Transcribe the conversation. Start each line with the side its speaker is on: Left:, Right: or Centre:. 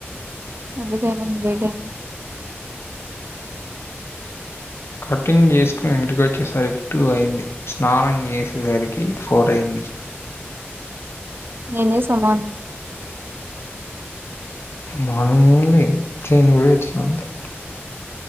Right: ఎందుకు ఏమైంది లేట్ అయిం
Left: కటింగ్ చేసుకుని ఇంటికి వచ్చేసరికి టూ అయింది స్నానం చేసేసరికి ఫోర్ అయింది
Right: ఏం చేస్తున్నావ్ యా
Left: మార్నింగ్ న లేదు చేనికి పోయి వచ్చినా అంతే